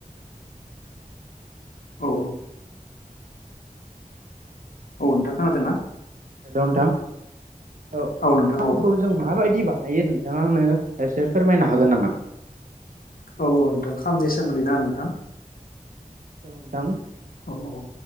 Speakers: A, on the left; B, on the right.
A: औ औ औ नोंथां खोनादोंना
B: हेल' नोंथां औ
A: नोंथां
B: खामखौ
A: औ
B: जों माबायदिबा हायो नोंथाङा आंनो एसे फोरमायनो हागोन नामा?
A: औ औ नोंथां खामनि सोमोन्दै ना नोंथां
B: औ नोंथां
A: औ औ